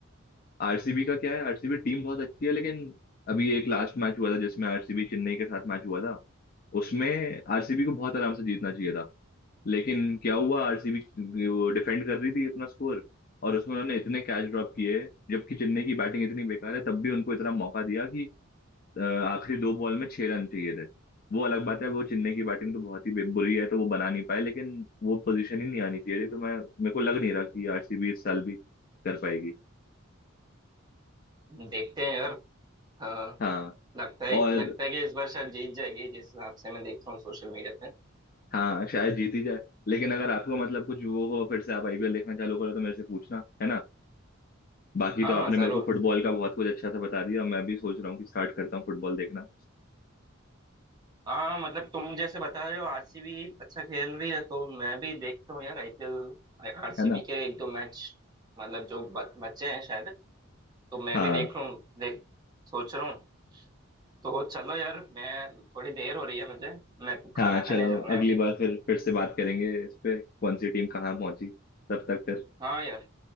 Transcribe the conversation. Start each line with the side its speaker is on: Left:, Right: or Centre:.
Left: आरसीबी का क्या है आरसीबी टीम बहुत अच्छी है लेकिन अभी एक लास्ट मैच हुआ था जिसमें आरसीबी चेन्नई के साथ मैच हुआ था उसमें आरसीबी को बहुत आराम से जीतना चाहिए था लेकिन क्या हुआ आरसीबी वो डिफेंड कर रही थी अपना स्कोर और उसमें उन्होंने इतने कैच ड्रॉप किए जबकि चेन्नई की बैटिंग इतनी बेकार है तब भी उनको इतना मौका दिया कि अ, आखिरी दो बॉल में छह रन चाहिए थे वो अलग बात है वो चेन्नई की बैटिंग तो बहुत ही बे- बुरी है तो वो बना नहीं पाए लेकिन वो पोजीशन ही नहीं आनी चाहिए थी तो मैं मेरे को लग नहीं रहा कि आरसीबी इस साल भी कर पाएगी
Right: देखते हैं यार हाँ हाँ।
Left: हाँ
Right: लगता है
Left: और
Right: लगता है कि इस बार शायद जीत जाएगी जिस हिसाब से मैं देख रहा हूँ सोशल मीडिया पे
Left: हाँ शायद जीती जाए लेकिन अगर आपको मतलब कुछ वो हो फिर से आप आईपीएल देखना चालू करो तो मेरे से पूछना है ना बाकी
Right: हाँ
Left: तो आपने
Right: हाँ जरूर
Left: मेरे को फुटबॉल का बहुत कुछ अच्छा सा बता दिया मैं भी सोच रहा हूँ कि स्टार्ट करता हूँ फुटबॉल देखना
Right: हाँ मतलब तुम जैसे बता रहे हो आरसीबी अच्छा खेल रही है तो मैं भी देखता हूँ यार आईपीएल आरसीबी
Left: है ना
Right: के एक दो मैच मतलब जो ब, बच्चे हैं शायद तो मैं
Left: हाँ
Right: भी देख रहा हूँ देख सोच रहा हूँ तो चलो यार मैं थोड़ी देर हो रही है मुझे मेरे को
Left: हाँ
Right: खाना खाने
Left: चलो
Right: जाना
Left: अगली
Right: है अभी
Left: बार फिर फिर से बात करेंगे इस पे कौन सी टीम कहाँ पहुंची तब तक फिर
Right: हाँ यार